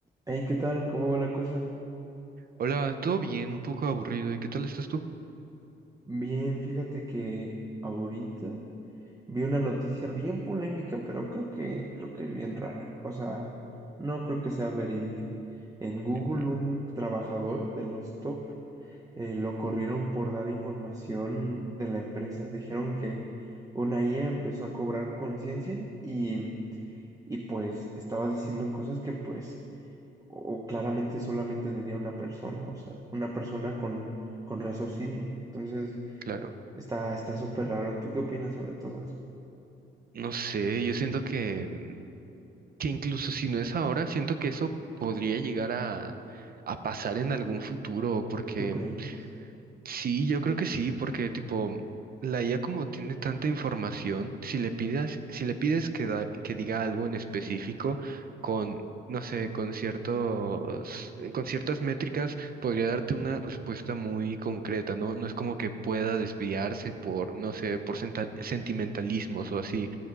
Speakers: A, on the right; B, on the right.
A: Hey, ¿qué tal? ¿Cómo va la cosa?
B: Hola, ¿todo bien? Un poco aburrido. ¿Y qué tal estás tú?
A: Bien, fíjate que ahorita vi una noticia bien polémica, pero creo que creo que es bien rara. O sea, no creo que sea verídica. En Google,
B: Ujú.
A: un trabajador de los top eh, lo corrieron por dar información de la empresa. Dijeron que una IA empezó a cobrar conciencia y, y pues estaba diciendo cosas que pues o claramente solamente diría una persona, o sea, una persona con, con raciocinio. Entonces,
B: Claro.
A: está, está súper raro. ¿Tú qué opinas sobre todo eso?
B: No sé, yo siento que, mm, que incluso si no es ahora, siento que eso podría llegar a, a pasar en algún futuro, porque
A: ¿Tú crees?
B: Sí, yo creo que sí, porque tipo, la IA como tiene tanta información, si le pidas, si le pides que, da- que diga algo en específico con, no sé, con ciertos, con ciertas métricas, podría darte una respuesta muy concreta, ¿no? No es como que pueda desviarse por, no sé, por senta- sentimentalismos o así.